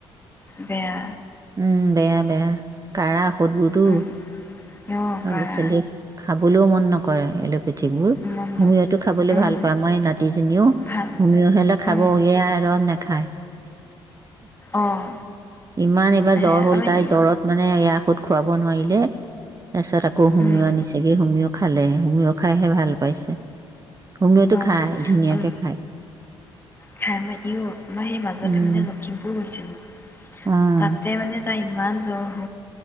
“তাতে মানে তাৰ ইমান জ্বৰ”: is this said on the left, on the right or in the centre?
Left